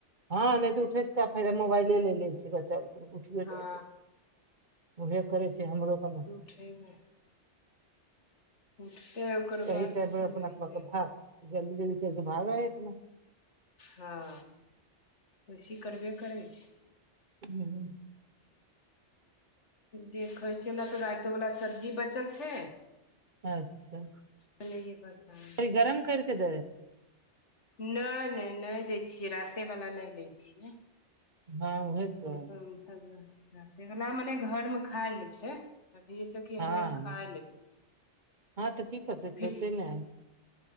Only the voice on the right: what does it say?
हँ नै तऽ उठेस का फेरोबाइल ले छी बच्चा उठियो
जाइ छै उहे करै छै हमरो क न
सही
टाइम
पर अपना
अपना के भाग जल्दी जल्दी कर के भागै है अपना
हं
अच्छा
गरम करके द
हँ उहे
तऽ
हँ
हँ तऽ की करतै
खेतै ने